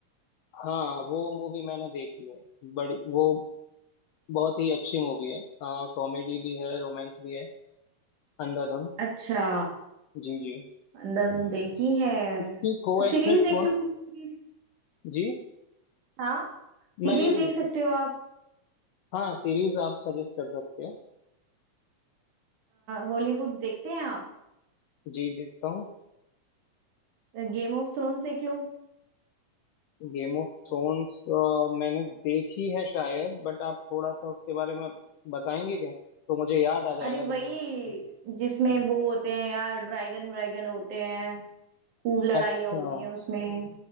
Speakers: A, on the left; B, on the right.
A: हाँ वो मूवी मैंने देखी है बड़ी वो बहुत ही अच्छी मूवी है हाँ कॉमेडी भी है रोमांस भी है अंधाधुन
B: अच्छा
A: जी जी
B: अंधाधुन देखी है
A: इसकी को
B: तो
A: एक्ट्रेस
B: सीरीज देख
A: कौन
B: लो कोई सीरीज
A: जी
B: हाँ
A: मैं
B: सीरीज
A: ये
B: देख
A: पूछ
B: सकते हो आप
A: हाँ सीरीज आप सजेस्ट कर सकते हो
B: हॉलीवुड देखते हैं आप
A: जी देखता हूँ
B: गेम ऑफ थ्रोन्स देख लो
A: गेम ऑफ थ्रोन्स मैंने देखी है शायद बट आप थोड़ा सा उसके बारे में बताएंगे क्या तो मुझे याद आ
B: अरे
A: जाएगा
B: वही
A: कि मैंने देखी है क्या
B: जिसमें वो होते हैं यार ड्रैगन व्रैगन होते हैं खूब लड़ाइयाँ
A: अच्छा
B: होती हैं उसमें